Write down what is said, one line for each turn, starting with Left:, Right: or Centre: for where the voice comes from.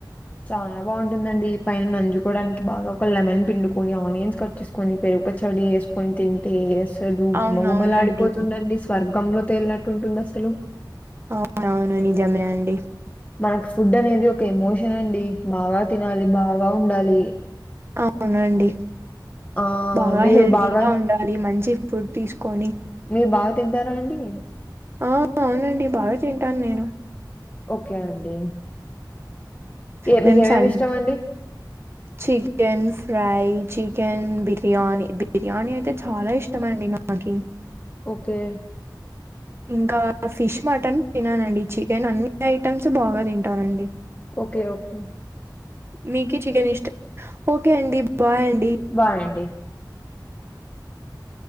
Left: చాలా బాగుంటుందండి పైన నంచుకోవడానికి బాగా ఒక లెమన్ పిండుకొని ఆనియన్స్ కట్ చేేసుకుని పెరుగు పచడి వేసుకొని తింటే అసలు
Right: అవునవునండి
Left: గుమ్మగుమలా ఆడిపోతుందండి స్వర్గంలో వెళ్లిినట్టు ఉంటుంది అసలు
Right: అవును అవును నిజమే అండి
Left: మకి ఫుడ్ అనేది ఒక ఎమోషన్ అండి బాగా తినాలి బాగా ఉండాలి
Right: అవునండి
Left: ఆ
Right: బాగా
Left: మీరు
Right: హెల్తీగా
Left: బాగా
Right: ఉండాలి మంచి ఫుడ్ తీసుకొని
Left: మీరు బాగా తింటారా అండి
Right: ఆ అవునండి బాగా తింటాను నేను
Left: ఓకే అండి ఏ
Right: మేమ్
Left: మీకేమేమి
Right: స
Left: ఇష్టం అండి
Right: chickens fry chicken biryani biryani అయితే చాలా ఇష్టమ అండి నాకి
Left: ఓకే
Right: ఇంకా ఫిష్ మటన్ తిననండి చికెన్ అన్ని ఐటమ్స్ బాగా తింటానండి
Left: ఓకే ఓకే
Right: మీకు చికెన్ ఇష్టం ఓకే అండి బాయ్ అండి
Left: బాయ్ అండి